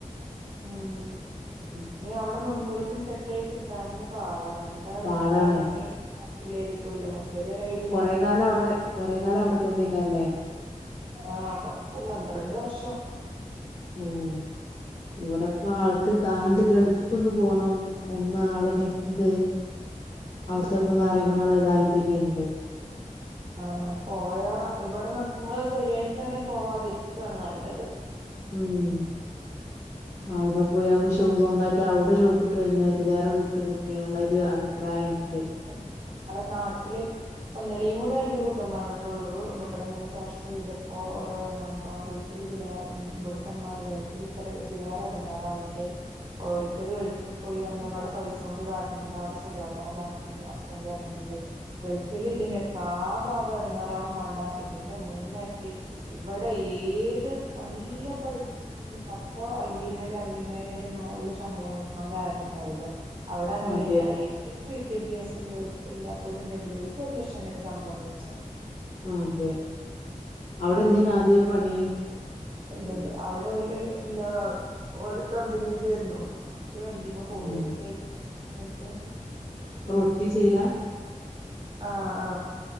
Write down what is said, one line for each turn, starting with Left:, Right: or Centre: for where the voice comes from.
Right: ഉം
Left: ഉം
Right: ഇനി അവിടെന്ന് ഒന്നല പിന്നെ സെറ്റ ആയി കിട്ടാ പാടാണ്. ഇടുക്കാ
Left: പാടാണേ
Right: എങ്ങനേ പോവാന്ന് ല്ലൊരു തുല്ല. മറ്റേതൊരൈടി
Left: കൊറെ കാലം അവിടെ കൊറെ കാലം അവിടെത്തന്നേകാരം ലേ
Right: ആഹ് അപ്പൊ പന്ത്രണ്ട് വർഷം.
Left: ഉം ഇവിടപ്പ
Right: ഉം
Left: ആൾ ക്ക് താണ്ട് ഗൾഫ്ക്കൊന്ന് പോണം ഒന്ന് അവിട നി ഇത് അവിടത്തേക്കൊന്ന്
Right: ഉം
Left: അറിയണോന്നുള്ളര് താൽപര്യോണ്ട്.
Right: ആ പോയ ഇവിടെന്ന്മ്മ സരിയായിക്കാണെ പോവാതിരിക്കാണ് നല്ലത്
Left: ഉം.
Right: ഉം
Left: അവിടെ പോയാമ്പോ ഷോ സ്വന്തായിട്ട് അവിടെ ഷോപ്പിട്ട് കഴിഞ്ഞാ ഇതിലേറെ കിട്ടും ന്നൊക്കെയുള്ള ഒരു അഭിപ്രായണ്ട്
Right: അ മ്മള നാട്ടില് ഒന്നിലേയും കൂടെ അതിന്റെ കൂട്ടം പറഞ്ഞിട്ടുള്ളൂ ഇവിടെങ്ങനെ ചർച്ച് ചെയ്തപ്പോ ഓരോണ് പ്പം ഗൾഫില്തിലാ ഉം ബട്ത്തമ്മാര് ഗൾഫില് ത്ര തിലാറെ എട്ങ്ങേറാവ്ണ്ട് ഓരോരുത്തര് ഗൾഫി പോയി വന്ന് ഇവടെ പൈസൊണ്ട് കാട്ടണണ്ട് അവിട സുഖാക്കണന്നറഞ് അസ്ബന്റ് അറയുന്നുണ്ട്. ഗൾഫില്തിന്റെ കാ ഭാഗം എടങ്ങാറാവും വാണ്ട, ഇതിന്റെ മൂന്നര്റ്റി ഇവിടെ ഏത് നല്ല പഠിപ്പ് നി പത്തോ അയ്മ്പിനായിരം അറുവിനായിരം അയ്ന്റെ മോള്ല് ശമ്പളം കിട്ടണോലാരുണ്ടാവൂല. അവിടെ അങ്ങനെല്ല.
Left: അതെ
Right: <unintelligible> വിദ്യാഭ്യാസം ല്ലാ ഇല്ലാത്തോല്ണ്ടെങ്കിലും ഒക്ക് ഒരു ലക്ഷം വരെ ശമ്പളം വെടിച്ച.
Left: ആ അതെ അവിടെ എന്തിനാ ആദ്യം പണി.
Right: ത്ണ്ട് അവിടെ ഓല്ന്താ ഓല് കമ്പിനിയിലായിരുന്നു. വണ്ടിമേ പോവരുന്നു
Left: ഉം
Right: സ ആയിട്ടോ.
Left: റൊട്ടി ചെയല.
Right: ആ, ആ